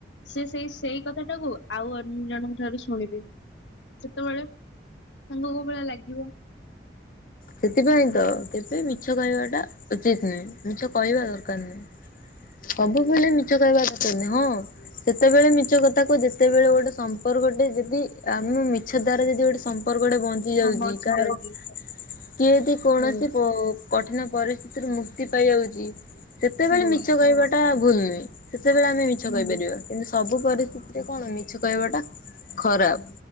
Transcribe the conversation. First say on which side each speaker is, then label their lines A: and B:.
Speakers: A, on the left; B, on the left.
A: ସେ ସେଇ ସେଇ କଥା ଟାକୁୁ ଆଉ ଅନ୍ୟ ଜଣଙ୍କ ଠାରୁ ଶୁଣିବେ। ସେତେବେଳେ ତାଙ୍କୁ କୋଉ ଭଳିଆ ଲାଗିବ।
B: ସେଥିପାଇଁ ତ କେବେ ମିଛ କହିବାଟା ଉଚିତ୍ ନୁହେଁ ମିଛ କହିବା ଦରକାର ନୁହେଁ। ସବୁ ବେଳେ ମିଛ କହିବା ଦରକାର ନାହିଁ ହଁ। ସେତେବେଳେ ମିଛ କଥା କୁହ ଯେତେବେଳେ ଗୋଟେ ସମ୍ପର୍କଟେ ଯଦି ଆମେ ମି ଛ ଦ୍ୱାରା ଯଦି ଗୋଟେ ସମ୍ପର୍କ ଗୋଟେ ବଞ୍ଚି ଯାଉଛି
A: ହଁ ବଞ୍ଚି
B: କାହାର
A: ଯାଉଛି।
B: କିଏ ଯଦି କୌଣସି
A: ହୁଁ
B: କଠିନ ପରିସ୍ଥିତିରୁ ମୁକ୍ତି ପାଇଯାଉଛି। ସେତେବେଳେ
A: ହୁଁ।
B: ମିଛ କହିବାଟା ଭୁଲ୍ ନୁହେଁ ସେତେବେଳେ ଆମେ ମିଛ
A: ହୁଁ
B: କହିପାରିବା କିନ୍ତୁ ସବୁ ପରିସ୍ଥିତିରେ କଣ ମିଛ କହିବା ଟା ଖରାପ।